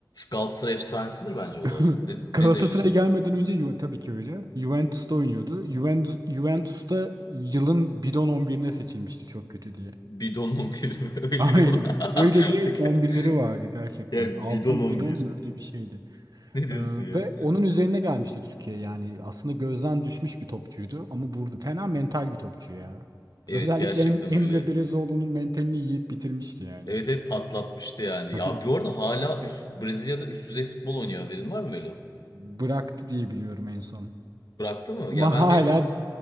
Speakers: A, on the left (about 60°); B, on the right (about 60°).
A: Galatasaray efsanesidir bence o
B: <laughs>
A: da. Ne,
B: Galatasaray'a
A: ne diyorsun?
B: gelmeden önce Ju- tabii ki öyle. Juventus'ta oynuyordu. Juventus, Juventus'ta yılın bidon 11'ine seçilmişti çok kötü diye.
A: Bidon 11 mi?
B: <laughs>
A: <laughs> Öyle
B: Aynen.
A: bir
B: Öyle
A: <laughs>
B: bir 11'leri vardı gerçekten.
A: Yani
B: Altın
A: bidon on
B: bidon
A: bir.
B: mu öyle bir şeydi.
A: Ne diyorsun
B: Ee,
A: ya?
B: ve onun üzerine gelmişti Türkiye yani. Aslında gözden düşmüş bir topçuydu ama burada fena mental bir topçu ya.
A: Evet
B: Özellikle
A: gerçekten
B: Em- Emre
A: öyle.
B: Belezoğlu'nun mentalini yiyip bitirmişti yani.
A: Evet evet patlatmıştı yani.
B: <laughs>
A: Ya bir arada hala üst, Brezilya'da üst düzey futbol oynuyor haberin var mı Melo?
B: Bıraktı diye biliyorum en son.
A: Bıraktı mı?
B: Ama
A: Ya ben
B: hala
A: en son